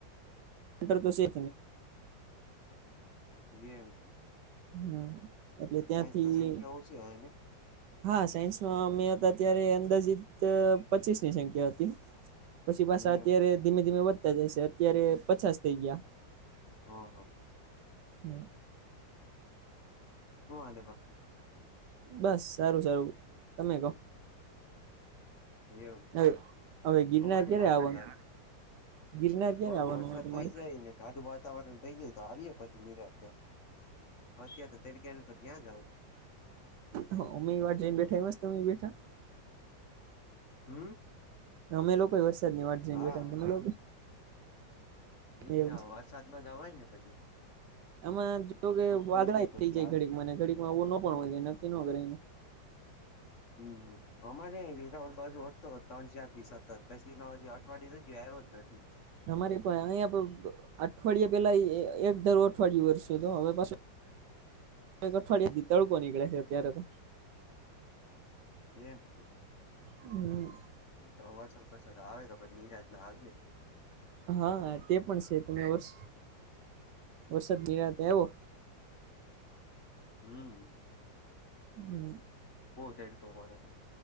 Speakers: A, on the right (about 70°); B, on the left (about 50°).
A: સેન્ટર તો સેજ
B: એમ.
A: હમ એટલે ત્યાંથી
B: સાયન્સમાં સંખ્યા ઓછી હોય ને
A: હા, સાયન્સમાં અમે હતા અત્યારે અંદાજીત પચીસની સંખ્યા હતી. પછી પાછા
B: એમ
A: અત્યારે
B: છે
A: ધીમે-ધીમે વધતા જશે અત્યારે પંચાસ થઇ ગયા.
B: હા. હા.
A: હમ.
B: હુ અને બા
A: બસ સારુ સારું તમે કહો.
B: એવુ,
A: હવે હવે ગિરનાર
B: અમારે
A: ક્યારે
B: હારું
A: આવવાનું ગિરનાર ક્યારે
B: થોડોક
A: આવવાનું
B: વરસાદ
A: હોય તમારે
B: થઇ જાય ને દાઠઢું વાતાવરણ થઈ જાય તો આવીએે પછી. ની રાતના અત્યાં તો તડગનું તો ત્યાં જ આવું.
A: હમ્મ, એ વાર જઈને બેઠા હ મસ્તમે બેઠા.
B: હમ્મ.
A: અમે લોકો વરસાદની વાત જઈને
B: હા
A: બેઠા ને તમે લોકો
B: એજ
A: એવું
B: ને વરસાદમાં જવાય ને પછી
A: આમાં જો કે
B: થોડુંક
A: વાદળા
B: તો
A: થઈ
B: પછી
A: જાય
B: આવે
A: ઘડીકમાં આવું ન પણ હોય નક્કી એ
B: હમ્મ. અમારે વીઘોન બાજુ હોતો ત્રણ-ચારથી સતત પછી ન હજી અઠવાડિય જોયો આવ્યો જ નથી.
A: અમારે પણ અયા અઠવાડિયા પેલા એક દર અઠવાડિયે વર્ષે તો હવે પાસે અવાડિયાથી તડકો નીકળે છે અત્યારે તો.
B: એમ છે.
A: હમ્મ.
B: તો વરસાદ બરસાત આવે તો પછી નિરાતના આવીએે.
A: હા તે પણ છે તને વર્ષ તમે વરસાદ નિરાતે આવો.
B: હમ્મ.
A: હમ્મ.
B: તડકો પડે